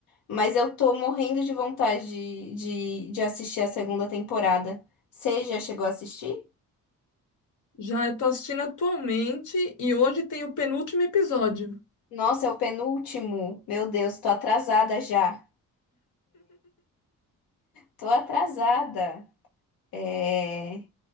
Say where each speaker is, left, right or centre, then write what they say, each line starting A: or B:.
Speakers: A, on the left; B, on the left.
A: mas eu tô morrendo de vontade de, de, de assistir a segunda temporada. Você já chegou a assistir?
B: Já eu tô assistindo atualmente e hoje tem o penúltimo episódio.
A: Nossa, é o penúltimo. Meu Deus, tô atrasada já. Tô atrasada. É...